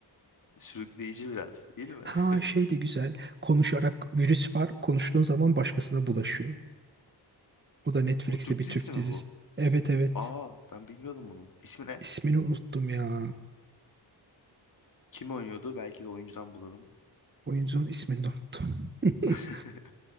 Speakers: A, on the left; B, on the right.
A: Sürükleyici biraz değil mi?
B: Ha şey
A: <laughs>
B: de güzel. Konuşarak virüs var. Konuştuğun zaman başkasına bulaşıyor. O da Netflix'te
A: O Türk
B: bir
A: dizisi
B: Türk
A: mi
B: dizisi.
A: bu?
B: Evet evet.
A: Aa ben bilmiyordum bunu. İsmi ne?
B: İsmini unuttum ya.
A: Kim oynuyordu? Belki de oyuncudan bulurum.
B: Oyuncunun ismini de unuttum. <laughs>
A: <laughs>